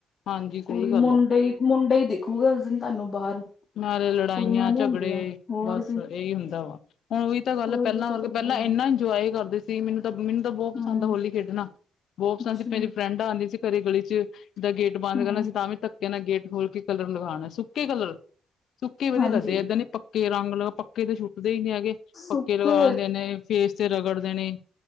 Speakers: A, on the left; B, on the left.
A: ਹਾਂਜੀ ਸਹੀ
B: ਕੁੜੀ,
A: ਗੱਲ
B: ਮੁੰਡੇ
A: ਆ
B: ਨ, ਮੁੰਡੇ ਹੀ ਦਿੱਖੂਗਾ ਉਸ ਦਿਨ ਤੁਹਾਨੂੰ ਬਾਹਰ
A: ਨਾਲੇ ਲੜਾਈਆਂ
B: ਕੁੜੀਆਂ ਨੀ
A: - ਝਗੜੇ,
B: ਹੁੰਦੀਆਂ ਹੋਰ
A: ਬਸ
B: ਕੀ
A: ਇਹੀ ਹੁੰਦਾ ਵਾ। ਹੁਣ ਉਹੀ ਤਾਂ ਗੱਲ,
B: ਹੋਲੀ
A: ਪਹਿਲਾਂ
B: ਤੇ
A: ਵਰਗੇ
B: ਕਰਦੇ
A: ਪਹਿਲਾਂ ਇੰਨਾ
B: ਆ
A: ਇੰਜੋਏ ਕਰਦੇ ਸੀ, ਮੈਨੂੰ ਤਾਂ ਮੈਨੂੰ ਤਾਂ ਬੋਤ ਪਸੰਦ
B: ਹਾਂ
A: ਹੋਲੀ ਖੇਡਣਾ ਬਹੁਤ ਪਸੰਦ
B: ਅੱਛਾ
A: ਸੀ, ਮੇਰੀ ਫਰੈਂਡ ਆਂਉਦੀ ਸੀ ਘਰੇ ਗਲੀ 'ਚ, ਜਾਂ ਗੇਟ ਬੰਦ
B: ਹੂੰ
A: ਕਰਨਾ, ਤਾਂ ਵੀ ਧੱਕੇ ਨਾਲ ਗੇਟ ਖੋਲ ਕੇ ਕਲਰ ਲਗਾਉਣਾ ਸੁੱਕੇ ਕਲਰ, ਸੁੱਕੇ ਵਧੀਆ
B: ਹਾਂਜੀ
A: ਲੱਗਦੇ, ਐਦਾਂ ਨੀ ਪੱਕ ਪੱਕੇ ਰੰਗ ਲਓ, ਪੱਕੇ ਤਾਂ ਸੁੁੱਟਦੇ ਹੀ ਨਹੀਂ ਹੈਗੇ,
B: ਸੁੱਕੇ
A: ਪੱਕੇ ਲਗਾ ਦੇਣੇ ਫੇਸ ਤੇ ਰਗੜ ਦੇਣੇ